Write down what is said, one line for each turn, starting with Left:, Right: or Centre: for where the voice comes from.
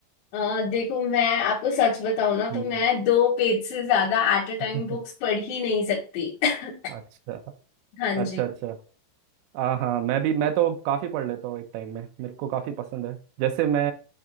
Left: अ, देखो मैं आपको सच बताऊं ना तो
Right: हम्म
Left: मैं दो पेज से ज्यादा एट अ टाइम
Right: <laughs>
Left: बुक्स पढ़ ही नहीं सकती <laughs>
Right: अच्छा
Left: हाँ
Right: अच्छा
Left: जी
Right: अच्छा हाँ हाँ मैं भी मैं तो काफ़ी पढ़ लेता हूँ एक टाइम में मेरे को काफ़ी पसंद है जैसे मैं